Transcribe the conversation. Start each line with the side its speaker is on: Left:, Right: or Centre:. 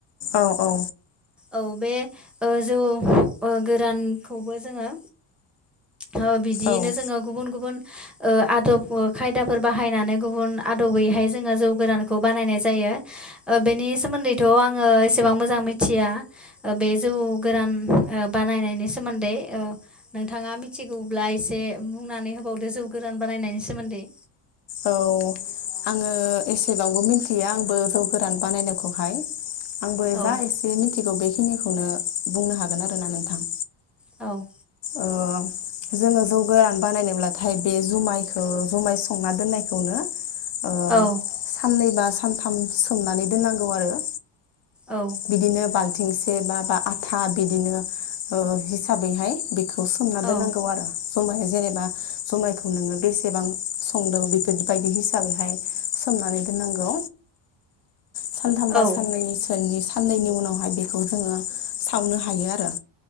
Left: औ औ
Centre: औ बे ओ जौ गोरानखौबो जोङो हो बिदियैनो
Left: औ
Centre: जोङो गुबुन गुबुन ओ आदब खायदाफोर बाहायनानै गुबुन आदबैहाय जोङो जौ गोरानखौ बानायनाय जायो। ओ बेनि सोमोन्दैथ' आङो एसेबां मोजां मिथिया ओ बे जौ गोरान बानायनायनि सोमोन्दै ओ नोंथाङा मिथिगौब्ला एसे बुंनानै होबावदो जौ गोरान बानायनायनि सोमोन्दै
Left: औ आङो एसेबांबो मिथिया आंबो जौ गोरान बानायनायखौहाय आंबो
Centre: औ
Left: जा एसे मिथिगौ बेखिनिखौनो बुंनो हागोन आरोना नोंथां
Centre: औ
Left: ओ जोङो जौ गोरान बानायनोब्लाथाय बे जुमायखौ जुमाय संना दोननायखौनो ओ
Centre: औ
Left: साननैबा सानथाम सोमनानै दोननांगौ आरो।
Centre: औ
Left: बिदिनो बाल थिंसे बा बा आथा बिदिनो ओ हिसाबैहाय बेखौ सोमना दोननांगौ
Centre: औ
Left: आरो। जमाया जेनेबा जमायखौ नोङो बेसेबां संदों बेफोरबायदि हिसाबैहाय सोमनानै दोननांगौ। सानथामबा
Centre: औ
Left: साननैसोनि साननैनि उनावहाय बेखौ जोङो सावनो हायो आरो।